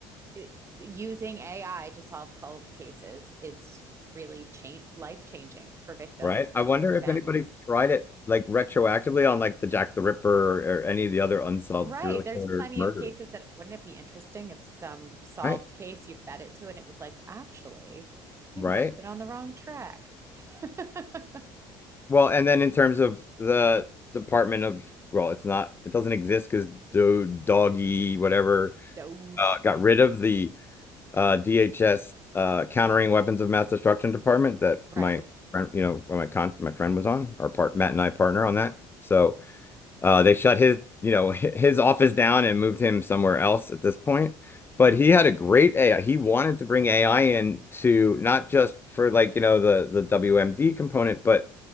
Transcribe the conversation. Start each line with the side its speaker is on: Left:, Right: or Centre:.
Right: it, using AI to solve cold cases is really change life changing for victims
Left: right? I
Right: and
Left: wonder
Right: for their
Left: if
Right: families.
Left: anybody tried it like retroactively on like the Jack the Ripper or, any of the other unsolved
Right: Right.
Left: serial
Right: There's
Left: killer
Right: plenty
Left: murders,
Right: of cases that wouldn't it be interesting if some solved
Left: right?
Right: case you fed it to and it was like, actually, you
Left: Right?
Right: might have been on the wrong track. <laughs>
Left: Well, and then in terms of the Department of, well, it's not, it doesn't exist because do doggy whatever
Right: Doge.
Left: uh, got rid of the uh, DHS uh, Countering Weapons of Mass Destruction Department that
Right: Right.
Left: my friend, you know, my con my friend was on, our part Matt and I partner on that. So. Uh, they shut his, you know, <laughs> hi- his office down and moved him somewhere else at this point. But he had a great AI. He wanted to bring AI in to not just for like, you know, the the WMD component, but